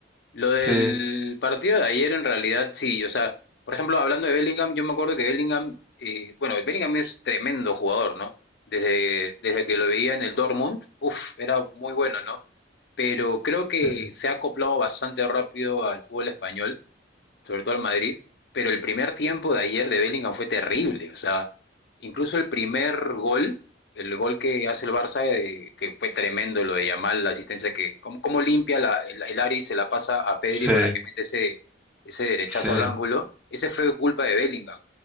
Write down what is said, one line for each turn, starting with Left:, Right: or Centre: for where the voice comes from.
Left: Lo del
Centre: Sí,
Left: partido de ayer en realidad sí, o sea, por ejemplo, hablando de Bellingham, yo me acuerdo que Bellingham, eh, bueno, Bellingham es tremendo jugador, ¿no? Desde, desde que lo veía en el Dortmund, uff, era muy bueno, ¿no? Pero creo que
Centre: sí,
Left: se ha acoplado bastante rápido al fútbol español sobre todo al Madrid, pero el primer tiempo de ayer de Bellingham fue terrible, o sea, incluso el primer gol, el gol que hace el Barça, eh, que fue tremendo lo de Yamal, la asistencia que, cómo, cómo limpia la, el, el Ari se la pasa a Pedri
Centre: sí,
Left: para que mete ese, ese derechazo
Centre: sí.
Left: al ángulo, ese fue culpa de Bellingham.